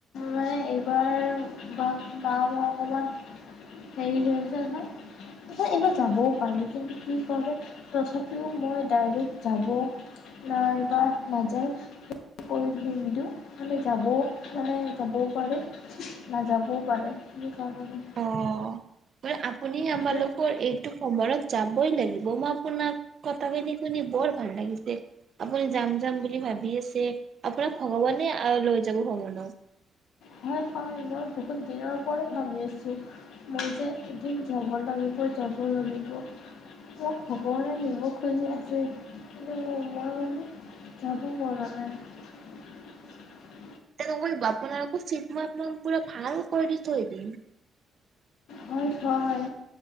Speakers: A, on the left; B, on the right.
A: মানে এইবাৰ বা-মা মই অকণমান হেৰি হৈ আছে নহয় ত' এইবাৰ যাবও পাৰি কিন্তু কি কৰে তথাপিও মই ডাইৰেক্ট যাব নাইবা নাযায় কৰি দিনটো মানে যাবও পাৰে, মানে যাবও পাৰে, নাযাবও পাৰে। সেইকাৰণে মই
B: অ', মানে আম আপুনি আমালোকৰ
A: য'ত
B: এইটো সোমবাৰত যাবই লাগ মই আপোনাক কথাখিনি শুনি বৰ ভাল লাগিছে আপুনি যাম, যাম বুলি ভাবি আছে আপোনাক ভগৱানে অ', লৈ যাব ভ্ৰমণত।
A: হয়, হয়, মই বহুত দিনৰ পৰা ভাবি আছোঁ। মই যে এদিন যাব লাগি মই যাব লাগিব। মোক ভগৱানে নিব খুজিলে যে কিন্তু মই মানে যাব পৰা নাই।
B: নক আপোনালোকৰ চিট মা আপাক পুৰা ভাল কৰি দি থৈ দিম।
A: হয়, হয়,